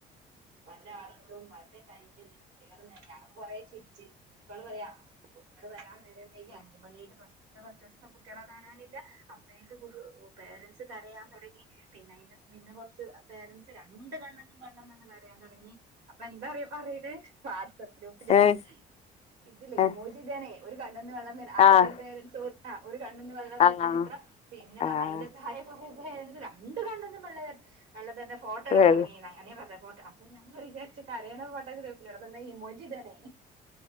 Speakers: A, on the right (about 85°); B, on the left (about 40°).
A: പല ആളുകളും പല ടൈപ്പില് കുട്ടികളെ ഞാന് കൊറേ ചിരിച്ച് പ്രിൻസിപ്പള് പറയാ കുട്ടികള് വരാൻ നേരം വൈകി അഞ്ചുമണിയുടെ ബസ് ഫസ്റ്റ്സം കുട്ടികളെ കാണാനില്ല അപ്പയേക്ക് പേരൻ്റ്സ് കരയാൻ തുടങ്ങി പിന്നെ അയ്ന്റെ പിന്നെ കൊറച്ച് പേരൻ്റ്സ് രണ്ട് കണ്ണ്ന്നും വെള്ളംവന്ന് കരയാൻ തൊടങ്ങി അപ്പൊ എന്താ അറിയോ പറിണേ വാട്സ്ആപ്പ് ഗ്രൂപ്പിലേ
B: ഏഹ്
A: ഇതില്ലേ
B: ഏഹ്
A: ഇമോജിടാണേ ഒരു കണ്ണ്ന്ന് വെള്ളം വ ആദ്യം
B: ആഹ്
A: ഒരു പേരെന്റ്സ് ആ ഒരു കണ്ണ്ന്ന് വെള്ളം
B: ആഹ്
A: വരുന്ന ചിത്രം പിന്നെ
B: ആഹ്
A: അയ്ന്റെ താഴെ <unintelligible> രണ്ട് കണ്ണ്ന്നും വെള്ളംവര്നെ വെള്ളം വര്ന ഫോട്ടോ ഇടാൻ
B: വെള്ള
A: തൊടങ്ങിണോ നെ പറഞ്ഞെ ഫോട്ടോ അപ്പൊ ഞങ്ങൾ വിചാരിച്ച് കരയ്ണ ഫോട്ടോ ഗ്രൂപില് ഇടെ വന്നെ ഇമോജി ഇടാണേ